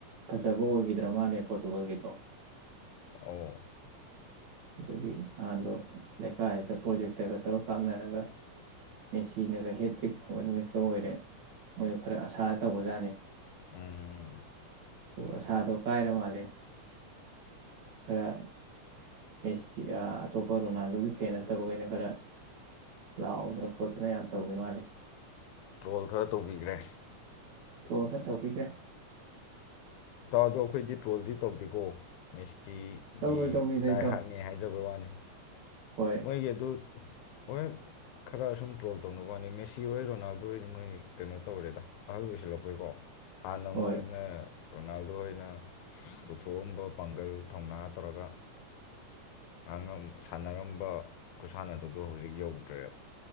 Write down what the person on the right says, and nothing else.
ꯐꯖꯕ ꯑꯣꯏꯈꯤꯗ꯭ꯔꯥ ꯃꯥꯜꯂꯦ ꯄꯣꯔꯇꯨꯒꯜꯒꯤꯗꯣ
ꯑꯗꯨꯒꯤ ꯅꯍꯥꯟꯗꯣ ꯂꯩꯀꯥꯏꯗꯨꯗ ꯄ꯭ꯔꯣꯖꯦꯛꯇꯒ ꯇꯔ ꯀꯥꯞꯅꯔꯒ ꯃꯦꯆꯤꯟꯅꯒ ꯍꯦꯠꯇ꯭ꯔꯤꯛ ꯐꯪꯕ ꯅꯨꯃꯤꯠꯀ ꯑꯣꯏꯔꯦ ꯃꯣꯏꯗ ꯈꯔ ꯑꯁꯥ ꯇꯧꯕꯖꯥꯠꯅꯤ
ꯑꯗꯨ ꯑꯁꯥꯗꯣ ꯀꯥꯏꯔ ꯃꯥꯜꯂꯦ ꯈꯔ ꯃꯦꯁꯤ ꯑꯇꯣꯞꯄ ꯔꯣꯅꯥꯜꯗꯣꯒꯤ ꯐꯦꯟ ꯅꯠꯇꯕꯈꯩꯅ ꯈꯔ ꯂꯥꯎꯗꯅ ꯈꯣꯠꯇꯅ ꯌꯥꯝ ꯇꯧꯒꯦ ꯃꯥꯂꯦ
ꯇꯔꯣꯜ ꯇꯧꯕꯤꯈ꯭ꯔꯦ
ꯇꯧꯔꯣꯏꯗꯧꯅꯤꯗ
ꯏꯇꯥꯎ
ꯍꯣꯏ
ꯍꯣꯏ